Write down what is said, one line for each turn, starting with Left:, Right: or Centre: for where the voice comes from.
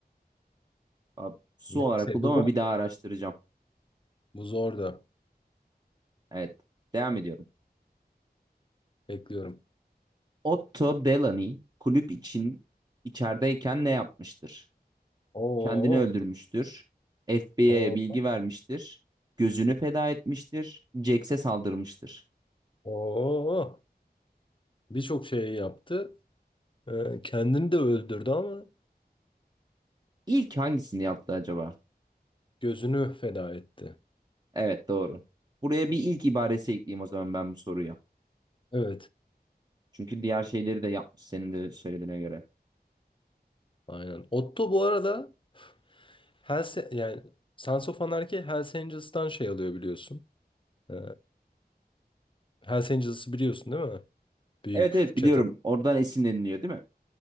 Right: Abi, su
Left: Neyse
Right: olarak buldum
Left: bu
Right: ama
Left: zor.
Right: bir daha araştıracağım.
Left: Bu zor da.
Right: Evet. Devam ediyorum.
Left: Bekliyorum.
Right: Otto Delany kulüp için içerideyken ne yapmıştır?
Left: Oo.
Right: kendini öldürmüştür. FBI'ye
Left: Oo.
Right: bilgi vermiştir. Gözünü feda etmiştir. Jax'e saldırmıştır.
Left: Oo. Birçok şey yaptı. Ee, kendini de öldürdü ama
Right: İlk hangisini yaptı acaba?
Left: gözünü feda etti.
Right: Evet doğru. Buraya bir ilk ibaresi ekleyeyim o zaman ben bu soruya.
Left: Evet.
Right: Çünkü diğer şeyleri de yapmış senin de söylediğine göre.
Left: Aynen. Otto bu arada Hells, yani Sons of Anarchy Hells Angels'tan şey alıyor biliyorsun. Ee, Hells Angels'ı biliyorsun değil mi? Büyük
Right: Evet evet
Left: çete.
Right: biliyorum. Oradan esinleniliyor değil mi?